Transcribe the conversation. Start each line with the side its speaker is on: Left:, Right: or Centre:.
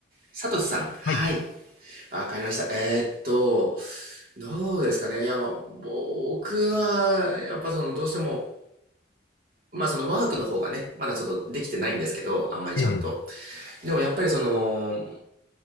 Right: サトシさん。はい。
Left: はい。
Right: あわかりました。えーっと、どうですかね。いや、まあ、僕は、やっぱその、どうしても、まあそのワークの方がね、まだちょっとできてないんですけど、あんまりちゃんと。
Left: ええ、
Right: でもやっぱりその、